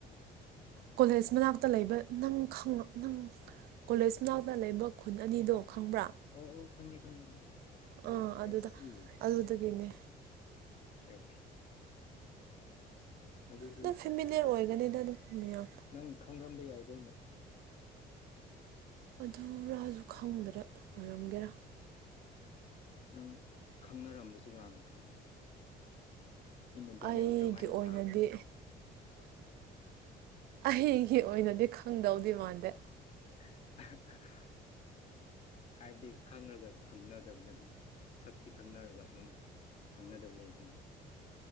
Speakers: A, on the right; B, on the left.
A: ꯀꯣꯂꯦꯖ ꯃꯅꯥꯛꯇ ꯂꯩꯕ ꯅꯪ ꯈꯪꯔ ꯅꯪ ꯀꯣꯂꯦꯖ ꯃꯅꯥꯛꯇ ꯂꯩꯕ ꯈꯨꯟ ꯑꯅꯤꯗꯣ ꯈꯪꯕ꯭ꯔꯥ
B: ꯑꯣ ꯑꯣ ꯈꯪꯉꯤ ꯈꯪꯉꯤ
A: ꯑꯥ
B: ꯑꯥꯢ
A: ꯑꯗꯨꯗ
B: ꯁꯤ
A: ꯑꯗꯨꯗꯒꯤꯅꯦ
B: ꯎꯝ ꯎꯝ ꯑꯣꯀꯦ ꯑꯣꯀꯦ ꯑꯗꯨꯗꯤ
A: ꯑꯗꯨꯝ ꯐꯦꯃꯤꯂꯤꯔ ꯑꯣꯏꯒꯅꯤꯗ ꯑꯗꯨꯝ ꯃꯌꯥꯝ
B: ꯅꯪ ꯈꯪꯔꯝꯕ ꯌꯥꯏꯗ ꯑꯩꯅ
A: ꯑꯗꯨꯔꯥꯁꯨ ꯈꯪꯗ꯭ꯔ ꯑꯣꯏꯔꯝꯒꯦꯔꯥ
B: ꯅꯪ ꯈꯪꯅꯔꯝꯕꯁꯨ ꯀꯅꯥ ꯈꯪ ꯏꯩꯅ ꯗꯣꯅꯦꯜ
A: ꯑꯩꯒꯤ
B: ꯇ꯭ꯔꯝ ꯍꯥꯏꯅ
A: ꯑꯣꯏꯅꯗꯤ
B: ꯊꯥꯕꯅꯦ
A: ꯑꯩꯒꯤ ꯑꯣꯏꯅꯗꯤ ꯈꯪꯗꯧꯗꯤ ꯃꯥꯟꯗꯦ
B: <unintelligible> ꯍꯥꯏꯕꯗꯤ ꯈꯪꯉꯒ ꯈꯪꯅꯗꯕꯗ ꯑꯗꯨꯝ ꯁꯛꯇꯤ ꯈꯪꯅꯔꯒ ꯑꯗꯨꯝ ꯍꯪꯅꯗꯕ ꯂꯩꯗꯅ